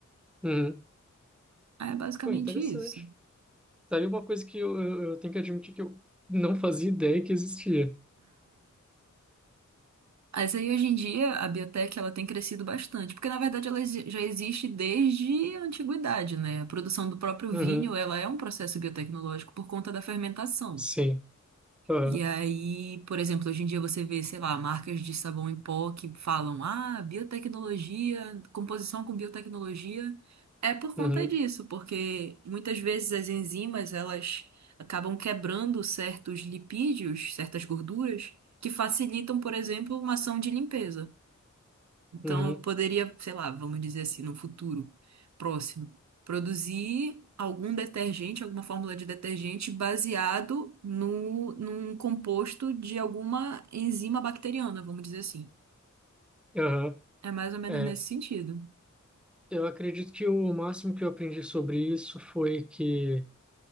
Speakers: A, in the centre; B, on the right.
A: Uhum.
B: É basicamente
A: Pô, interessante.
B: isso.
A: Tá aí uma coisa que eu, eu, eu tenho que admitir que eu não fazia ideia que existia.
B: Mas aí hoje em dia a biotech ela tem crescido bastante, porque na verdade ela exi- já existe desde a antiguidade, né? A produção do próprio
A: Uhum,
B: vinho, ela é um processo biotecnológico por conta da fermentação.
A: sim. Aham,
B: E aí, por exemplo, hoje em dia você vê, sei lá, marcas de sabão em pó que falam: "Ah, biotecnologia, composição com biotecnologia". É por conta
A: Uhum,
B: disso, porque muitas vezes as enzimas, elas acabam quebrando certos lipídios, certas gorduras que facilitam, por exemplo, uma ação de limpeza. Então,
A: uhum,
B: eu poderia, sei lá, vamos dizer assim, no futuro próximo, produzir algum detergente, alguma fórmula de detergente baseado no, num composto de alguma enzima bacteriana, vamos dizer assim.
A: aham.
B: É mais ou menos
A: É,
B: nesse sentido.
A: eu acredito que o máximo que eu aprendi sobre isso foi que